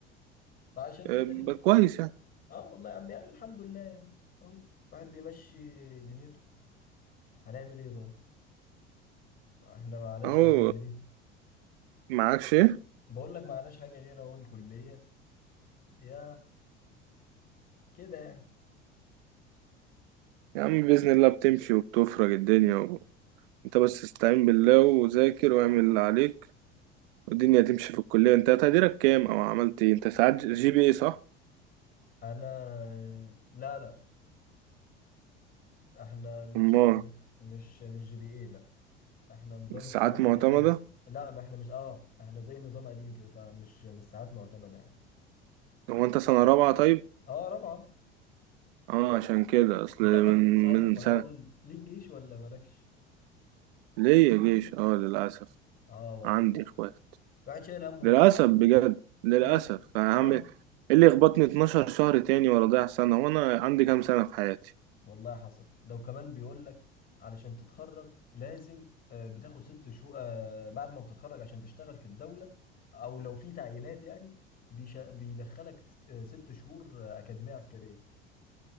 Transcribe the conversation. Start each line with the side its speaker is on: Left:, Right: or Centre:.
Left: فعشان
Right: آه،
Left: كده ايه
Right: ب- كويس يعني
Left: اه والله يا عم يعني الحمد لله يعني اه الواحد بيمشي دنيته هنعمل ايه طيب احنا معناش
Right: اهو
Left: حاجه غير ايه
Right: معاكش ايه؟
Left: بقول لك معناش حاجه غير اهو الكليه يا كده يعني
Right: يا عم بإذن الله بتمشي وبتفرج الدنيا و... انت بس استعين بالله وذاكر واعمل اللي عليك والدنيا تمشي في الكلية انت تقديرك كام او عملت ايه انت ساعات جي بي اي صح
Left: انا لا لا احنا مش
Right: امال
Left: مش مش جي بي ايه لا احنا نظام
Right: الساعات
Left: الساعات
Right: معتمدة
Left: بتاعتنا مش لا ما احنا مش اه احنا زي نظام قديم كده فمش مش ساعات معتمده يعني
Right: هو انت سنة رابعة طيب
Left: اه رابعه
Right: اه عشان كده اصل
Left: انت
Right: من
Left: هتعمل ايه صحيح
Right: من
Left: في
Right: سنة
Left: حوار ال... ليك جيش ولا مالكش
Right: ليه يا جيش اه للأسف
Left: اه والله
Right: عندي اخوات
Left: الواحد شايل همه
Right: للأسف
Left: بيقول لك
Right: بجد
Left: شوف
Right: للأسف
Left: كان
Right: يعني هعمل
Left: اه
Right: ايه إيه اللي يخبطني 12 شهر تاني ولا ضيع سنة وانا عندي كام سنة في حياتي
Left: والله حصل ده وكمان بيقول لك علشان تتخرج لازم آه، بتاخد ست شهور آه، بعد ما بتتخرج عشان تشتغل في الدولة او لو في تعيينات يعني بيش... بيدخلك س- آه، ست شهور آه، أكاديمية عسكرية